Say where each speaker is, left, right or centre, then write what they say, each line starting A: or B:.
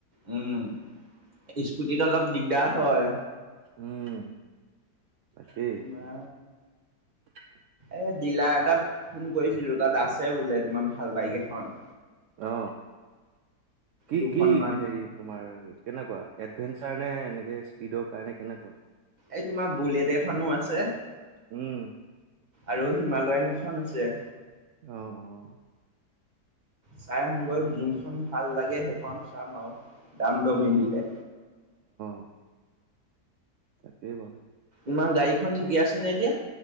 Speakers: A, on the right; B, on the right.
A: উম, স্কুটিত অলপ দিগদাৰ হয়।
B: উম। তাকেই
A: বা
B: <unintelligible>
A: এ দিলাৰ এটাত ফোন কৰিছিলো তাত আছে বোলে তোমাৰ ভাল বাইক এখন।
B: অ কি
A: দুখন
B: কি
A: মান
B: হেৰি তোমাৰ কেনেকুৱা? এডভেঞ্চাৰ নে এনেকে স্পীডৰ কাৰণে কেনেকুৱা?
A: এই তোমাৰ বুলেট এখনো আছে।
B: উম
A: আৰু হিমালয়ন এখন আছে।
B: অ।
A: চাই আহোম গৈ
B: অ
A: যোনখন ভাল লাগে সেইখন চাম আৰু দাম
B: উম
A: দৰ মিলিলে।
B: অ তাকেই বাৰু।
A: ইমান গাড়ীখন ঠিকি আছে নে এতিয়া?